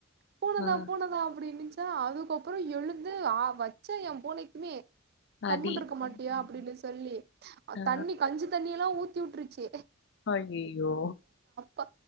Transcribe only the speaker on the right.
பூனதா
பூனதா அப்டின்னுச்சி த அதுக்கப்புற எழுந்து அ வச்ச எ பூனைக்குமே
கம்முன் இருக்க மாட்டியா
அப்டின்டு சொல்லி
தண்ணி கஞ்சி தண்ணி எல்லா ஊத்தி வுட்ருச்சி
ப